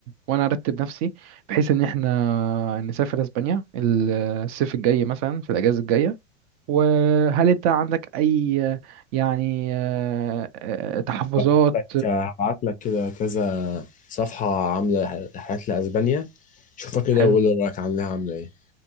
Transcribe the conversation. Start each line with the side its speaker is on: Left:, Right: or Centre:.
Right: وأنا أرتب نفسي بحيث إن احنا نسافر أسبانيا الصيف الجاي مثلا في الأجازة الجاية وهل أنت عندك أي يعني آه، آه، تحفظات
Left: هبعت لك هبعت لك كده كذا صفحه عامله رحلات لاسبانيا شوفها كده
Right: حلو
Left: وقول لي رايك عاملاها عامله ايه